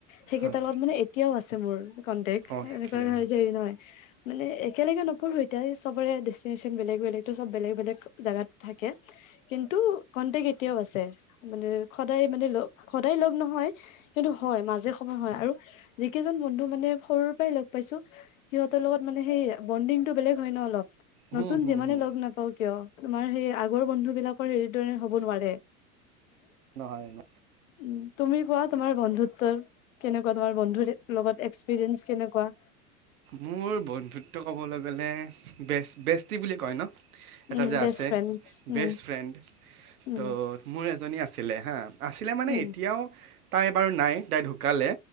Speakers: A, on the left (about 60°); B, on the right (about 70°).
A: সেইকেইটাৰ
B: হয়
A: লগত মানে এ এতিয়াও আছে মোৰ। কটেক্
B: অ'কে
A: এনেকুৱা নহয় যে হেৰি নহয়। মানে একেলগে নপঢ়ো এতিয়া চবৰে ডেষ্টিনেচন বেলেগ-বেলেগ। এইটো চব বেলেগ-বেলেগ জাগাত থাকে কিন্তু কণ্টেক এতিয়াও আছে। ছে। মানে সদায় মানে লগ সদায় লগ নহয়। হয়। সেইটো হয় মাজে সময় হয় আৰু। যিকেইজন বন্ধু মানে সৰুৰ পৰাই লগ পাইছো সিহঁতৰ লগত মানে সেই বণ্ডিংতটো বেলেগ হয় ন অলপ। নতুন
B: হুম হুম
A: যিমানে
B: হুম
A: লগ নাপাও কিয়? তোমাৰ সেইয়া আগৰ বন্ধু বিলাকৰ এইদৰে হ'ব নোৱাৰে।
B: নহয় ন।
A: উ তুমি কোৱা তোমাৰ বন্ধুত্বৰ কেনেকুৱা? তোমাৰ বন্ধু লগত এক্সপিৰিয়েঞ্চ কেনেকুৱা?
B: মোৰ বন্ধুত্ব ক'বলৈ গলে বে বেষ্টি বুলি কয় ন। এটা
A: উম
B: যে
A: বেষ্ট
B: আছে,
A: ফ্ৰেণ্ড উম
B: বেষ্ট ফ্ৰেণ্ড
A: উম
B: ত মোৰ এজনী আছিলে হা। আছিলে মানে
A: উম
B: এতিয়াও তাই বাৰু নাই তাই ঢুকালে।